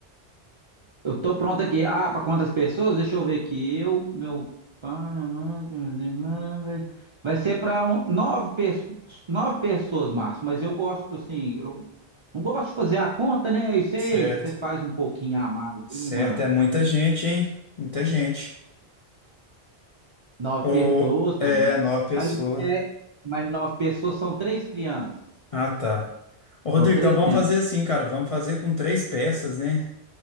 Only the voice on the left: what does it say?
Certo,
certo,
é muita gente, hein? Muita gente.
Ou
é,
nova pessoa.
Ah, tá. Ô, Rodrigo,
então vamos
fazer assim, cara. Vamos fazer com três peças, né?